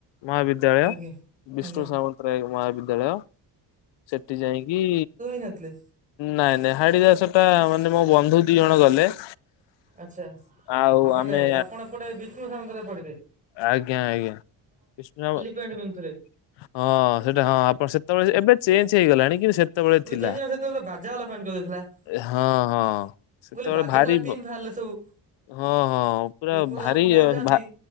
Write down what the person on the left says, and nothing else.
ମହାବିଦ୍ୟାଳୟ
ବିଷ୍ଣୁ
ସାମନ୍ତରାୟ ମହାବଦ୍ୟାଳୟ। ସେଠି ଯାଇକି
ନାଇଁ ନାଇଁ ହାଡି ଦାସ ଟା ମାନେ ମୋ ବନ୍ଧୁ ଦି ଜଣ ଗଲେ।
ଆଉ
ଆମେ
ଆଜ୍ଞା ଆଜ୍ଞା ବିଷ୍ଣ ହଁ
ସେଟା ହଁ ଆପଣ ସେ ତ ଏବେ ଚେଞ୍ ହେଇଗଲାଣି କିନ୍ତୁ ସେତେବେଳେ
ଥିଲା
ହଁ ହଁ ସେତେବେଳେ
ଭାରି
ହଁ ହଁ ପୁରା
ଭାରି
ହଁ